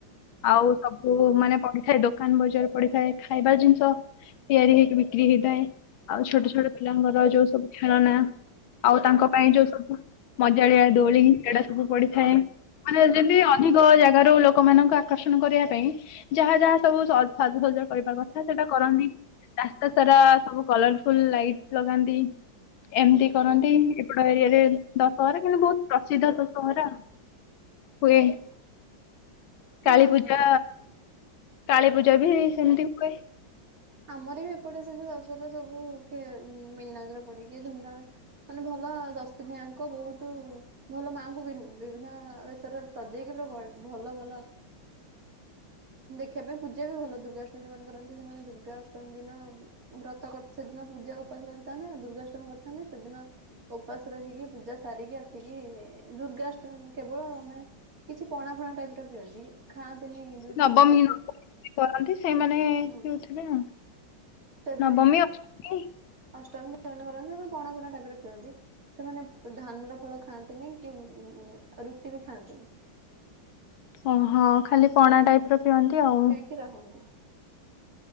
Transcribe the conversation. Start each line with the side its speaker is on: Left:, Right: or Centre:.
Left: ଆଉ ସବୁ ମାନେ ପଡିଥାଏ ଦୋକାନ ବଜାର ପଡିଥାଏ ଖାଇବା ଜିନିଷ ତିଆରି ହେଇକି ବିକ୍ରି ହେଇଥାଏ। ଆଉ ଛୋଟ ଛୋଟ ପିଲାଙ୍କର ଯୋଉ ସବୁ ଖେଳନା ଆଉ ତାଙ୍କ ପାଇଁ ଯୋଉ ସବୁ ମଜାଳିଆ ଦୋଳି ସେଇଟା ସବୁ ପଡିଥାଏ। ମାନେ ଯେମିତି ଅଧିକ ଜାଗାରୁ, ଲୋକମାନଙ୍କୁ ଆକର୍ଷଣ କରିବା ପାଇଁ ଯାହା ଯାହା ସବୁ ସାଜସଜା କରିବା କଥା ସେଇଟା କରନ୍ତି। ରାସ୍ତା ସାରା ସବୁ କଲରଫୁଲ ଲାଇଟ ଲଗାନ୍ତି। ଏମିତି କରନ୍ତି ଏପଡ ଏରିଆରେ ଦଶହରା କିନ୍ତୁ ବହୁତ ପ୍ରସିଦ୍ଧ ଦଶହରା ହୁଏ।
Right: ହଁ ହଁ ହଁ
Left: କାଳୀ
Right: ଆମର
Left: ପୂଜା କାଳୀ ପୂଜା
Right: ହଁ
Left: ବି ସେମିତି
Right: ହଁ।
Left: ହୁଏ।
Right: ଆମର ବି ଏପଟେ ସେମତି ଦଶହରା ସବୁ କିଏ ମନାଜରେ ପଡିକି ଧୁମଧାମ ମାନେ ଭଲ ଦଶ ଦିନିଆଙ୍କ ବହୁତ ଭଲ ମାଆଙ୍କୁ ବି ବିଭିନ୍ନ ବେଶରେ ସଜେଇକି ପୁରା ଭଲ ଭଲ ଦେଖିବା ପାଇଁ ପୂଜା ବି ଭଲ, ଦୁର୍ଗାଷ୍ଟମୀ ଯୋଉମାନେ କରନ୍ତି ସେମାନେ ଦୁର୍ଗା ଅଷ୍ଟମୀ ଦିନ ବ୍ରତ କରି ସେଦିନ ପୂଜା ଉପାସ ରଖିଥାନ୍ତି, ଦୁର୍ଗାଷ୍ଟମୀ କରିଥାନ୍ତି ସେଦିନ ଉପାସ ରହିକି ପୂଜା ସାରିକି ଆସିକି ଦୁର୍ଗାଷ୍ଟମ କେବଳ ମାନେ କିଛି ପଣା ଫଣା ଟାଇପ ର ପିଅନ୍ତି ଖାଆନ୍ତିନି ଯୋଉ
Left: ନବମୀ
Right: ଧାନ ଜାତୀୟ
Left: ନବମୀ <unintelligible> କରନ୍ତି ସେଇମାନେ
Right: ହୁଁ
Left: ପିଉଥିବେ ଆଉ।
Right: ସେମାନେ
Left: ନବମୀ ଅଷ୍ଟମୀ
Right: ଅଷ୍ଟମୀ ଯୋଉମାନେ କରନ୍ତି ଆନେ ପଣା ଫଣା ଟାଇପ ରେ ପିଅନ୍ତି। ସେମାନେ ପ ଧାନର ଫଳ ଖାଆନ୍ତିନି କି ରୁଟି ବି ଖାଆନ୍ତିନି।
Left: ଓହୋ ଖାଲି ପଣା ଟାଇପ ର ପିଅନ୍ତି ଆଉ।
Right: କି ରହନ୍ତି।